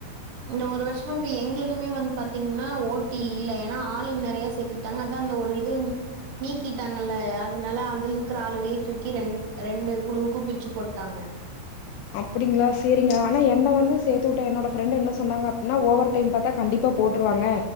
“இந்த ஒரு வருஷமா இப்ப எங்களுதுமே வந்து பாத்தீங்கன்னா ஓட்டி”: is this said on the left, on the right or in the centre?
Right